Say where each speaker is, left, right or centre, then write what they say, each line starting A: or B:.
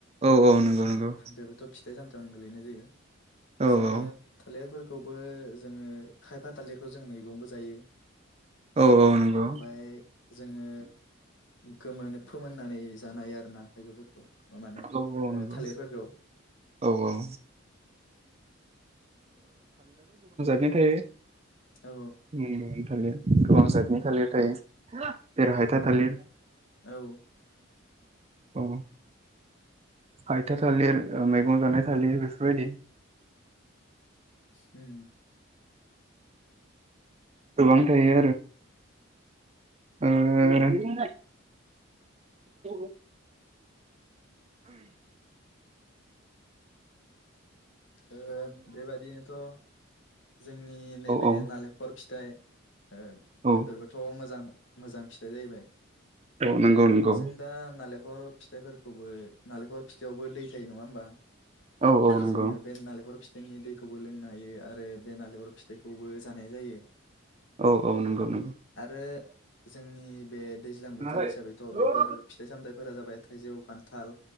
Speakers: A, on the right; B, on the left.
A: औ औ नंगौ नंगौ
B: बेबोथ' फिथाइ सामथायावनो गोलैनाय जायो।
A: औ
B: जोङो
A: औ
B: थालिरफोरखौबो जोङो खायफा थालिरखौ जों मैगंबो जा जायो
A: औ औ नंगौ
B: ओमफ्राय जोङो गोमोन फोमोननानै जानो हायो आरो ना थाइजौफोरखौ अ माने
A: औ औ
B: ओ
A: नंगौ
B: थालिरफोरखौ
A: औ औ नाथाय
B: औ
A: उम थालिर गोबां जादनि थालिर थायो जेरै हायथा थालिर
B: औ
A: औ हायथा थालिर ओ मैगं जानाय थालिर बेफोरबायदि
B: उम
A: गोबां थायो आरो ओ
B: ओ बेबाददिनोथ' जोंनि नैबे
A: औ
B: नालेंखर फिथाइ ओ
A: औ
B: बेफोरबोथ' मोजां मोजां फिथाइ जाहैबाय।
A: औ नंगौ नंगौ
B: जों दा नालेंखर फिथाइफोरखौबो नालेंखर फिथाइावबो दै थायो नङा होमबा
A: औ औ नंगौ
B: जोङो बे नालेंखर थायनि दैखौबो लोंनो हायो आरो बे नालेंखर फि थायखौबो जानाय जायो
A: औ औ नंगौ नंगौ
B: आरो जोंनि बे दैज्लां बोथोर
A: खोनाबाय?
B: हिसाबैथ'
A: औ
B: बेफोर
A: औ
B: फिथाइ सामथायाइफोरा जाबाय थाइजौ खान्थाल